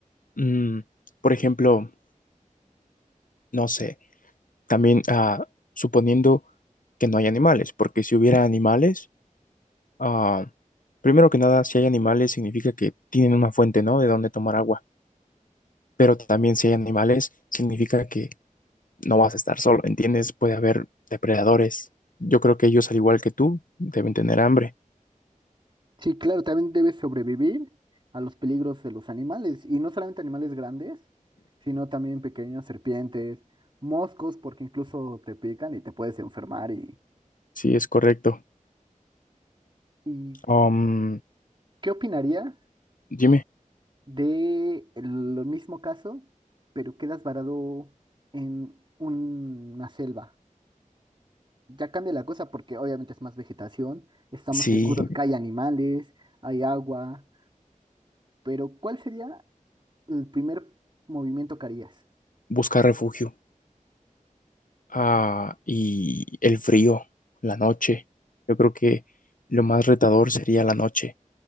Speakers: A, on the left; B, on the right.
A: Mm, por ejemplo, no sé, también ah, suponiendo que no hay animales, porque si hubiera animales, ah, primero que nada, si hay animales significa que tienen una fuente, ¿no? De donde tomar agua, pero también si hay animales significa que no vas a estar solo, ¿entiendes? Puede haber depredadores. Yo creo que ellos, al igual que tú, deben tener hambre.
B: Sí, claro, también debe sobrevivir a los peligros de los animales, y no solamente animales grandes, sino también pequeñas serpientes, moscos, porque incluso te pican y te puedes enfermar. ¿Y,
A: Sí, es correcto.
B: y
A: Um,
B: qué opinarías
A: dime.
B: de el mismo caso, pero quedas varado en una selva? Ya cambia la cosa porque obviamente es más vegetación, estamos
A: Sí.
B: seguros que hay animales, hay agua, pero ¿cuál sería el primer movimiento que harías?
A: buscar refugio. Ah, y el frío, la noche. Yo creo que lo más retador sería la noche.